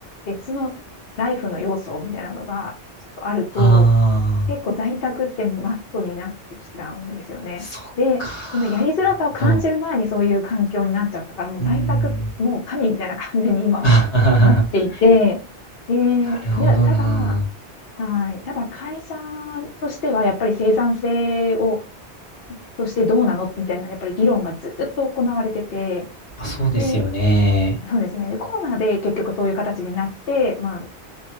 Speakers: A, on the left; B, on the left.
A: 別のライフの要素みたいなのがあると、
B: ああ、
A: 結構在宅ってマストになってきちゃうんですよね。
B: そっか。
A: で、このやりづらさを感じる前にそういう環境になっちゃったから、
B: なるほど。
A: もう在宅、
B: うーん。
A: もう神みたいな感じに今
B: <laughs> あははは
A: なっていて、で、
B: なるほどな。
A: で、ただはい、ただ会社としてはやっぱり生産性をとしてどうなのみたいな、やっぱり議論がずっと行われてて、
B: やっぱそうですよね。
A: で、そうですね。で、コロナで結局そういう形になって、まあ、